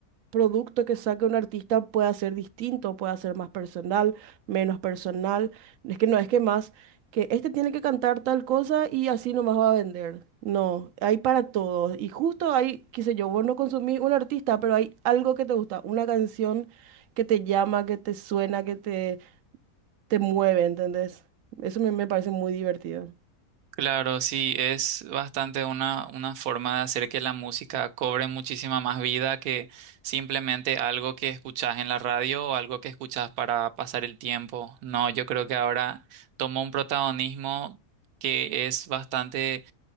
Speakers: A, on the right (about 70°); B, on the right (about 85°).
A: producto que saque un artista pueda ser distinto, pueda ser más personal, menos personal. Es que no, es que más, que este tiene que cantar tal cosa y así nomás va a vender. No, hay para todos. Y justo hay, qué sé yo, vos no consumís un artista, pero hay algo que te gusta, una canción que te llama, que te suena, que te, te mueve, ¿entendés? Eso me, me parece muy divertido.
B: Claro, sí, es bastante una, una forma de hacer que la música cobre muchísima más vida que simplemente algo que escuchás en la radio o algo que escuchás para pasar el tiempo. No, yo creo que ahora toma un protagonismo que es bastante